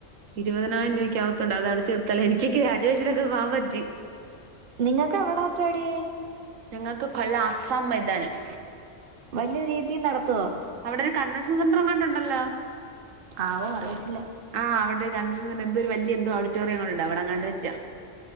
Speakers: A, on the right (about 85°); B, on the right (about 50°).
A: ഇരുപതിനായിരം രൂപയ്ക്ക ആകത്തണ്ട് അത് അടച്ചു തീർത്താലേ എനിക്ക് ഗ്രാജുവേഷൻ ഒക്കെ പോകാൻ പറ്റു
B: നിങ്ങക്ക് എവിടാ ചെടി
A: ഞങ്ങൾക്ക് കൊല്ല അസാം മൈതാനം
B: വലിയ രീതി നടത്തുവോ
A: അവിടെ ഒരു കൺവെൻഷൻ സെന്റർ എങ്ങാണ്ട് ഉണ്ടല്ലോ
B: ആവോ അറിയത്തില്ല
A: ആഹ് അവിടെ ഒരു കൺവൻഷൻ എന്തോ വലിയ എന്തോ ഓഡിറ്റോറിയം ഉണ്ട് അവിടെങ്ങാണ്ട് വെച്ച